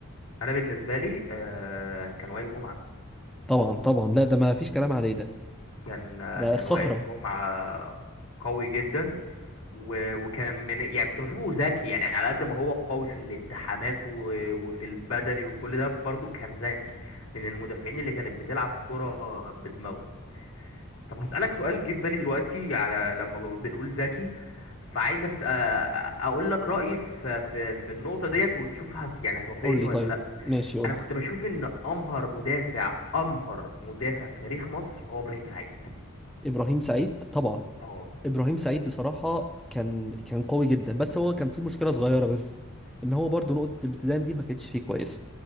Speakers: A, on the left; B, in the centre.
A: انا بالنسبه لي آه كان وائل جمعه
B: طبعا طبعا لا ده ما فيش كلام عليه ده
A: كان آه
B: ده
A: كان
B: الصخره
A: وائل جمعه قوي جدا و- وكان من يعني كنت بشوفه ذكي يعني على قد ما هو قوي في الالتحامات و- وفي البدني وكل ده برضه كان ذكي من المدافعين اللي كانت بتلعب كرة بدماغهم طب هسألك سؤال جه في بالي دلوقتي على لما ب- بنقول ذكي فعايز أس... أ- اقول لك رأيي في في في النقطة ديت ونشوف هت... يعني هتوافقني
B: قول لي
A: ولا
B: طيب
A: لا
B: ماشي قول
A: انا كنت
B: لي
A: بشوف ان امهر مدافع امهر مدافع في تاريخ مصر هو ابراهيم سعيد
B: ابراهيم سعيد طبعا
A: اه
B: ابراهيم سعيد بصراحه كان كان قوي جدا بس هو كان فيه مشكله صغيره بس ان هو برضو نقطه الالتزام دي ما كانتش فيه كويسه